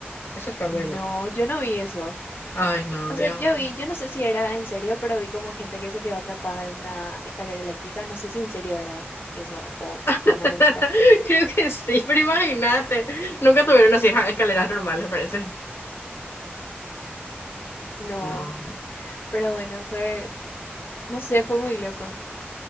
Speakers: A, on the left; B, on the left.
A: Eso fue
B: No,
A: muy loco.
B: yo no vi eso.
A: Ay, no,
B: O
A: Dios.
B: sea, yo vi,
A: mío.
B: yo no sé si era en serio, pero vi como gente que se quedó atrapada en una escalera eléctrica. No sé si en serio era eso o fue
A: <laughs>
B: una mentira.
A: Creo que sí, pero imagínate. Nunca tuvieron así ja, escaleras normales, parece.
B: No,
A: No.
B: pero bueno, fue, no sé, fue muy loco.